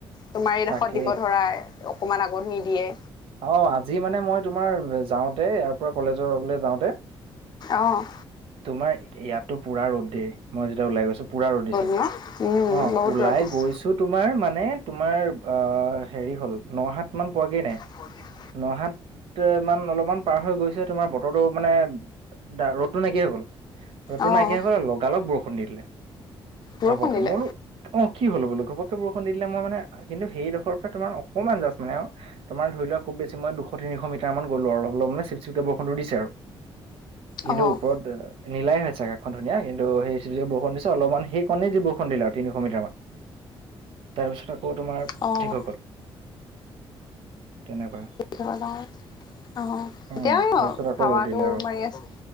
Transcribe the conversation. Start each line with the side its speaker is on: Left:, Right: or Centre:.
Left: তোমাৰ এইডোখৰত
Right: তাকে
Left: দিব ধৰা, অকমান আগত নিদিয়ে।
Right: অ', আজি মানে মই তোমাৰ যাওঁতে, ইয়াৰ পৰা কলেজৰ লৈ যাওঁতে।
Left: অ'।
Right: তোমাৰ, ইয়াতো পুৰা ৰ'দ দেই, মই যেতিয়া ওলাই গৈছো। পূৰা ৰ'দ দিছে।
Left: ন উম
Right: অ',
Left: বহুত
Right: ওলাই
Left: ৰ'দ দিছে।
Right: গৈছোঁ তোমাৰ মানে তোমাৰ হেৰি হ'ল নহাত মান পোৱাগে নাই।
Left: <unintelligible>
Right: নহাত তে মান অলপমান পাৰ হৈ গৈছে, তোমাৰ বতৰটো মানে দা ৰদটো নাইকিয়া হৈ গ'ল। ৰ'দতো
Left: অ',
Right: নাইকিয়া হৈ গ'ল, লগালগ বৰষুণ দি দিলে।
Left: বৰষুণ
Right: হাউবকে,
Left: দিলে
Right: মই বোলো অ', কি হ'ল বোলো ঘপককে বৰষুণ দি দিলে মই মানে, কিন্তু সেইডোখৰ পৰা তোমাৰ অকমান জাষ্ট মানে আও। তোমাৰ ধৰি লোৱা খুব বেছি মই দুশ তিনিশ মিটাৰমান গলো আৰু অলপ অলপ মানে চিপ্‌ চিপ্‌কে বৰষুটো দিছে আৰু। কিন্তু
Left: অ',
Right: ওপৰত নীলাই হৈ আছে আকাশখন ধুনীয়া কিন্তু, সেই চিপ্‌ চিপ্‌ বৰষুণ দিছে অলপমান সেই কণে যি বৰষুণ দিলে আৰু তিনিশ মিটাৰ মান। তাৰপিছত আকৌ তোমাৰ।
Left: অ'।
Right: ঠিক হৈ গ'ল তেনেকুৱা।
Left: <unintelligible> অ',
Right: উম
Left: এতিয়া
Right: তাৰপিছত
Left: ও
Right: আকৌ
Left: হাৱাটো
Right: ৰ'দ দিলে আৰু
Left: মাৰি আছে।